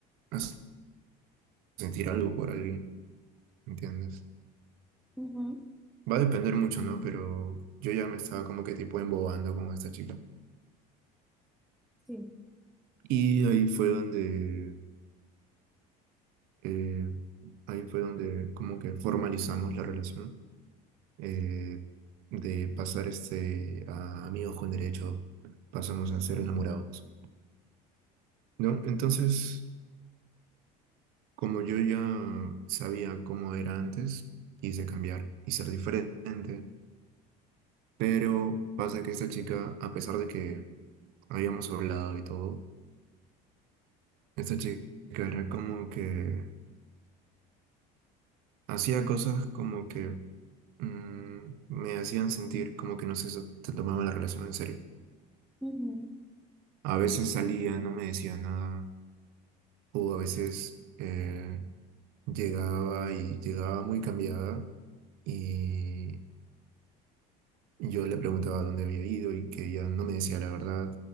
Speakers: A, on the right (about 60°); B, in the centre.
A: a sentir algo por alguien, ¿entiendes?
B: Ujú,
A: Va a depender mucho, ¿no? Pero yo ya me estaba como que tipo embobando con esta chica.
B: Sí.
A: Y ahí fue donde, eh, ahí fue donde como que formalizamos la relación, eh, de pasar este a amigos con derecho, pasamos a ser enamorados, ¿no? Entonces... Como yo ya sabía cómo era antes, quise cambiar y ser diferente. Pero pasa que esta chica, a pesar de que habíamos hablado y todo, esta chica era como que hacía cosas como que mm, me hacían sentir como que no se, se tomaba la relación en serio.
B: Ujú.
A: A veces salía, no me decía nada, o a veces eh, llegaba y llegaba muy cambiada y Yo le preguntaba dónde había ido y que ella no me decía la verdad